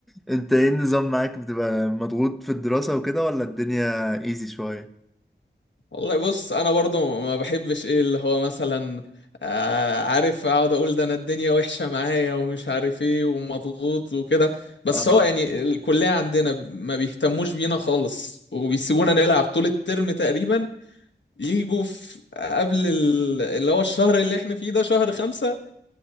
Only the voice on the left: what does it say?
والله بص انا برضو ما بحبش ايه اللي هو مثلا آه عارف اقعد اقول ده انا الدنيا وحشة معايا ومش عارف ايه ومضغوط وكده بس
هو يعني الكلية عندنا ما بيهتموش بينا خالص وبيسيبونا نلعب طول الترم تقريبا يجوا في قبل ال- اللي هو الشهر اللي احنا فيه ده شهر خمسة